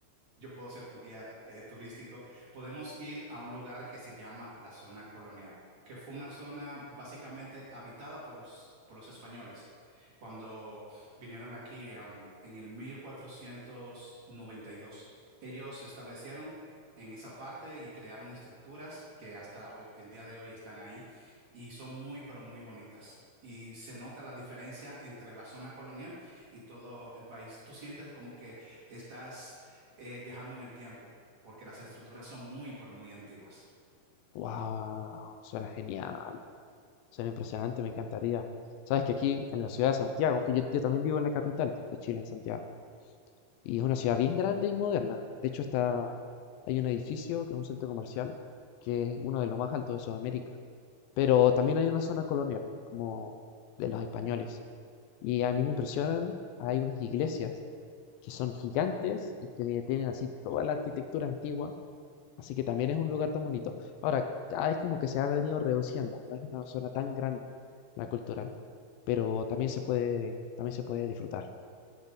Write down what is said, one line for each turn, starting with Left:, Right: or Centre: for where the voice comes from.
Right: yo puedo ser tu guía eh, turístico. Podemos ir a un lugar que se llama la zona colonial, que fue una zona básicamente habitada por los, por los españoles cuando vinieron aquí, am, en el 1492. Ellos se establecieron en esa parte y crearon estructuras que hasta hoy- el día de hoy están ahí y son muy, pero muy bonitas. Y se nota la diferencia entre la zona colonial y todo el país. Tú sientes como que estás eh, viajando en el tiempo, porque las estructuras son muy, pero muy antiguas.
Left: Wow, suena genial, suena impresionante, me encantaría. Sabes que aquí en la ciudad de Santiago, que yo, yo también vivo en la capital de Chile, en Santiago, y es una ciudad bien grande y moderna. De hecho, está, hay un edificio que es un centro comercial que es uno de los más altos de Sudamérica, pero también hay una zona colonial, como de los españoles. Y a mí me impresionan, hay unas iglesias que son gigantes y que tienen así toda la arquitectura antigua Así que también es un lugar tan bonito. Ahora, cada vez como que se ha venido reduciendo, no es una zona tan grande la cultural, pero también se puede, también se puede disfrutar.